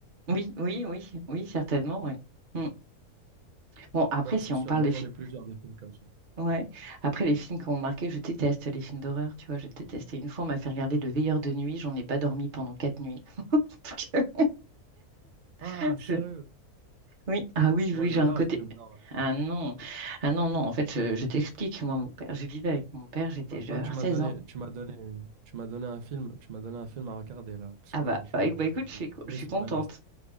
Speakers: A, on the right; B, on the right.
A: Oui, oui, oui, oui, certainement. oui. Mm. Bon, après,
B: Non, c'est
A: si on
B: sûr.
A: parle
B: Moi,
A: des
B: j'en
A: films.
B: ai plusieurs des films comme ça.
A: Ouais. Après, les films qui ont marqué, je déteste les films d'horreur, tu vois, je déteste. Et une fois, on m'a fait regarder Le Veilleur de nuit, j'en ai pas dormi pendant quatre nuits. <laughs> Donc,
B: Ah,
A: <laughs>
B: sérieux?
A: je- Oui, ah oui,
B: Moi,
A: oui,
B: j'adore
A: j'ai un côté.
B: les films d'horreur.
A: Ah non, ah non, non, en fait, je, je t'explique, moi, mon père, je vivais avec mon père, j'étais,
B: Maintenant,
A: je devais avoir
B: tu m'as
A: 16
B: donné,
A: ans.
B: tu m'as donné, tu m'as donné un film, tu m'as donné un film à regarder là, parce
A: Ah
B: que
A: bah,
B: je,
A: bah, éc- bah,
B: je,
A: écoute,
B: je
A: je suis, co-
B: le mets
A: je suis
B: sur
A: contente.
B: ma liste.